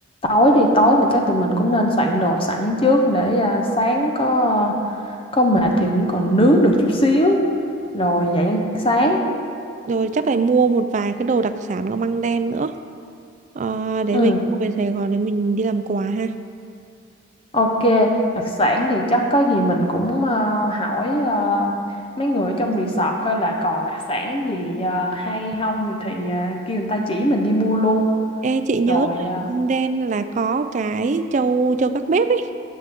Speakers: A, on the left (about 25°); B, on the right (about 35°).
A: tối đi tối là chắc tụi mình cũng nên soạn đồ sẵn trước để à, sáng có có mệt thì cũng còn nướng được chút xíu rồi dậy ăn sáng.
B: Rồi chắc là mua một vài cái đồ đặc sản của Măng Đen nữa. Ờ, để
A: Ừ,
B: mình về Sài Gòn để mình đi làm quà ha.
A: Ok, đặc sản thì chắc có gì mình cũng ờ, hỏi ờ, mấy người ở trong resort coi là còn đặc sản gì ờ, hay không rồi thì ờ, kêu người ta chỉ mình đi mua luôn.
B: Ê, chị nhớ
A: Rồi
B: là
A: ờ,
B: Vung Đen là có cái trâu trâu gác bếp ấy.